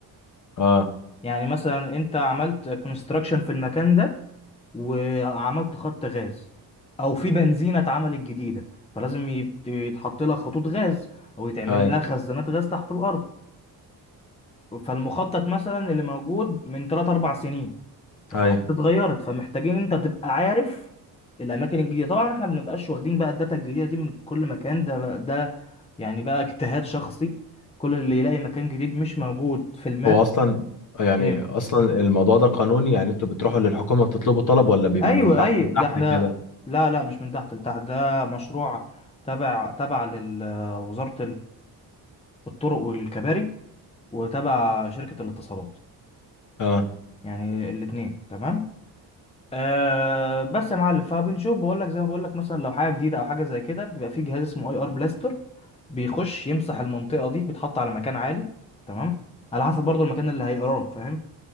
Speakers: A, on the left (about 50°); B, on the left (about 15°).
A: اه
B: يعني مثلا انت عملت كونستراكشن في المكان ده وعملت خط غاز او في بنزينة اتعملت جديدة فلازم يت- يتحط لها خطوط غاز او يتعمل
A: اي
B: لها خزانات غاز تحت الارض فالمخطط مثلا اللي موجود من 3 4 سنين في
A: اي
B: حاجات اتغيرت فمحتاجين انت تبقى عارف الاماكن الجديده طبعا احنا ما بنبقاش واخدين بقى الداتا الجديده دي من كل مكان ده ده يعني بقى اجتهاد شخصي كل اللي يلاقي مكان جديد مش موجود في الماب
A: هو اصلا يعني
B: ايه
A: اصلا الموضوع ده قانوني يعني انتوا بتروحوا للحكومه بتطلبوا طلب ولا بيبقى
B: ايوه
A: من تحت
B: ايوه
A: لتحت
B: ده احنا
A: كده
B: لا لا مش من تحت لتحت ده مشروع تبع تبع لوزاره الطرق والكباري وتبع شركه الاتصالات
A: اه
B: يعني الاثنين تمام أه بس يا معلم فبنشوف بقول لك زي ما بقول لك مثلا لو حاجه جديده او حاجه زي كده بيبقى في جهاز اسمه اي ار بلاستر بيخش يمسح المنطقه دي بيتحط على مكان عالي تمام على حسب برضو المكان اللي هيقراه فاهم